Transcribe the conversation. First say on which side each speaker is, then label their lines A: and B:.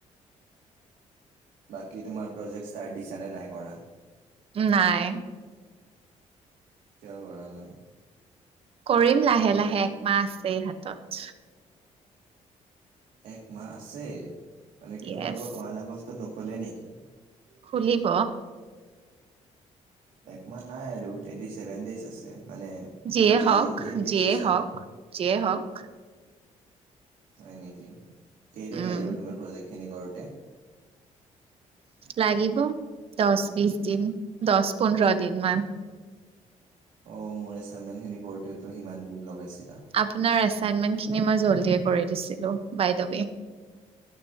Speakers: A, on the right; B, on the right.
A: বাকী তোমাৰ প্ৰজেক্ট ষ্টাৰ্ট দিছানে নাই কৰা?
B: নাই।
A: কিয় কৰা নাই?
B: কৰিম লাহে লাহে একমাহ আছেই হাতত।
A: এক মাহ আছে, মানে কি
B: য়েছ
A: তোমালোকৰ ওৱান আগষ্টত নুখুলে নেকি?
B: খুলিব।
A: একমাহ নাই আৰু টুৱেন্টি ছেভেন ডেইজ আছে। মানে
B: যিয়ে
A: টুৱেন্টি
B: হওক
A: এইট ডেইজ
B: যিয়ে
A: আছে।
B: হওক যিয়ে হওক
A: হয় নেকি। কেইদিন
B: উম
A: লাগিব তোমাৰ প্ৰজেক্টখিনি কৰোঁতে? <inaudible>
B: লাগিব দহ বিশ দিন, দহ পোন্ধৰ দিন মান।
A: অ মোৰ এচাইনমেট খিনি কৰোঁতে টো সিমান দিন লগাইছিল।
B: আপোনাৰ এচাইনমেট। খিনি মই জল্দিয়ে কৰি দিছিলোঁ বাইদৱে।